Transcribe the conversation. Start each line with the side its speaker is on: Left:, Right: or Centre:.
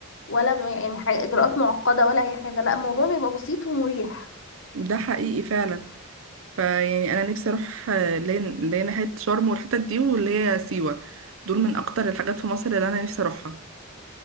Left: ولا م- يعني حاجة اجراءات معقده ولا اي حاجه لا الموضوع بيبقى بسيط ومريح
Right: ده حقيقي فعلا فيعني أنا نفسي أروح آه، اللي هي اللي هي ناحية شرم والحتت دي واللي هي سيوة دول من أكتر الحاجات في مصر اللي أنا نفسي أروحها